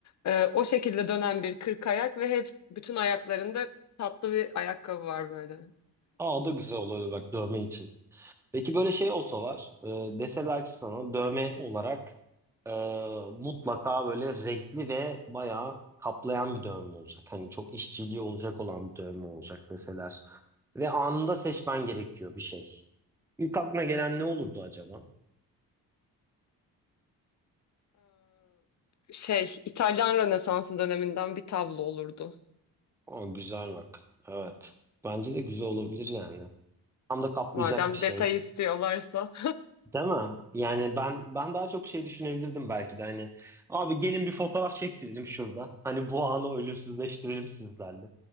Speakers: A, on the left; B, in the centre.
A: Ee, o şekilde dönen bir kırk ayak ve hep bütün ayaklarında tatlı bir ayakkabı var böyle.
B: Aa o da güzel olurdu bak dövme için. Peki böyle şey olsa var, e, deseler ki sana dövme olarak e, mutlaka böyle renkli ve bayağı kaplayan bir dövme olacak. Hani çok işçiliği olacak olan bir dövme olacak deseler. Ve anında seçmen gerekiyor bir şey. İlk aklına gelen ne olurdu acaba?
A: Ee, şey İtalyan Rönesansı döneminden bir tablo olurdu.
B: Aa, güzel bak. Evet. Bence de güzel olabilir yani. Tam da kaplayacak
A: Madem
B: bir şey.
A: detay istiyorlarsa.
B: Değil mi? Yani ben ben daha çok şey düşünebilirdim belki de hani abi gelin bir fotoğraf çektirelim şurada. Hani bu anı ölümsüzleştirelim sizlerle.